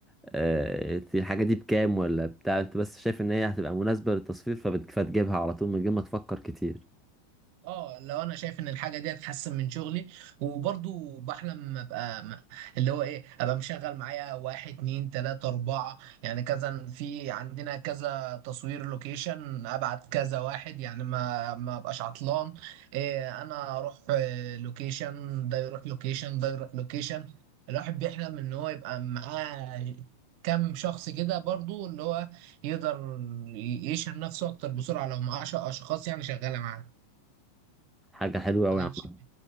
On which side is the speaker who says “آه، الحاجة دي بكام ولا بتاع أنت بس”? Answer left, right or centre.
Centre